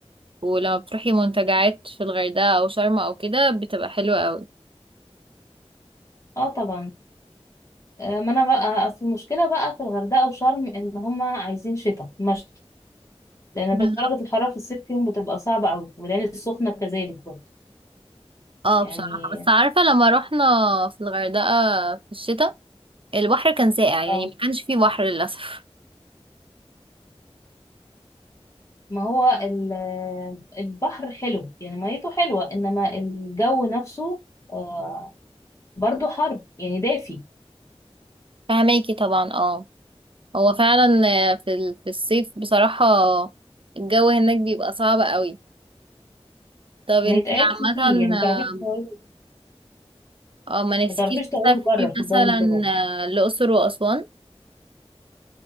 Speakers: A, on the right; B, on the left.
A: ولما بتروحي منتجعات في الغردقة أو شرم أو كده بتبقى حلوة قوي
B: اه طبعا آه، ما انا بقى اصل المشكلة بقى في الغردقة وشرم ان هما عايزين شتاء مشط لان
A: بالظبط
B: درجة الحرارة في الصيف فيهم بتبقى صعبة قوي والعين السخنة كذلك برضو
A: اه
B: يعني
A: بصراحة بس عارفة لما رحنا في الغردقة في الشتاء البحر كان ساقع يعني
B: اه
A: ما كانش فيه بحر للأسف
B: ما هو ال- البحر حلو يعني ميته حلوة إنما الجو نفسه آه، برضو حر يعني دافي
A: <laughs> فهماكي طبعا اه هو فعلا آه، في ال- في الصيف بصراحة الجو هناك بيبقى صعب قوي طب انتي
B: ما يتقعدش
A: عامة
B: فيه يعني ما
A: اه
B: تعرفيش تقعدي-
A: آه، ما نفسكيش
B: ما تعرفيش تقعدي
A: تسافري
B: بره في
A: مثلا
B: الجو اللي بره
A: آه، الأقصر وأسوان